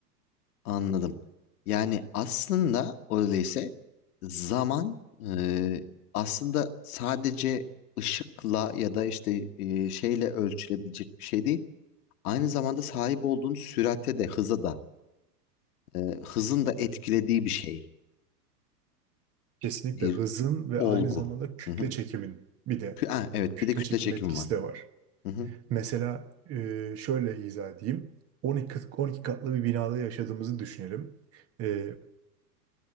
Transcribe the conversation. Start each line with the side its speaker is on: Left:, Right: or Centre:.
Left: Anladım. Yani aslında öyleyse zaman e, aslında sadece ışıkla ya da işte e, şeyle ölçülebilecek bir şey değil. Aynı zamanda sahip olduğun sürate de hıza da e, hızın da etkilediği bir şey.
Right: Kesinlikle
Left: Bir
Right: hızın ve
Left: olgu.
Right: aynı zamanda kütle
Left: Hı hı.
Right: çekimin bir de
Left: Kü- Ha, evet
Right: kütle
Left: bir de kütle
Right: çekim
Left: çekimi
Right: etkisi
Left: var.
Right: de var.
Left: Hı hı.
Right: Mesela e, şöyle izah edeyim. 12, kat- 12 katlı bir binada yaşadığımızı düşünelim. E,